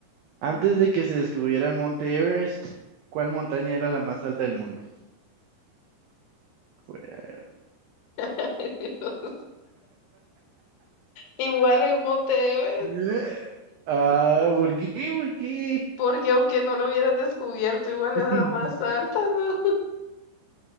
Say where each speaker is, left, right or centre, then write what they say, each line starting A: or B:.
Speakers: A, on the left (about 85°); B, on the right (about 85°).
A: Ujú.
B: Antes de que se descubriera el monte Everest, ¿cuál montaña era la más alta del mundo? Fuera.
A: <laughs> Igual el Monte Everest,
B: Eh, Ah, ¿por qué? ¿Por qué?
A: porque aunque no lo hubieran descubierto, igual
B: <laughs>
A: era la más alta, ¿no?